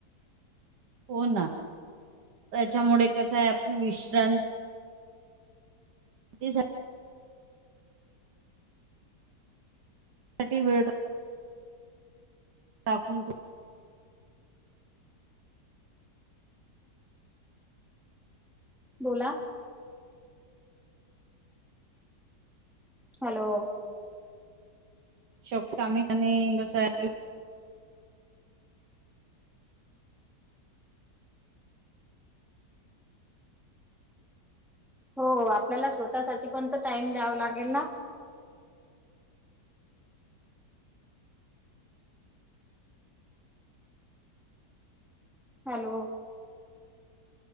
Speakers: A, on the right; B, in the centre.
A: हो ना त्याच्यामुळे कस आहे आपण विश्रांत <inaudible> सा वेळ दाखून दे
B: बोला हॅलो
A: श कामे काणे कस आपली
B: हो आपल्याला स्वतःसाठी पण तर टाइम द्याव लागेल ना. हॅलो.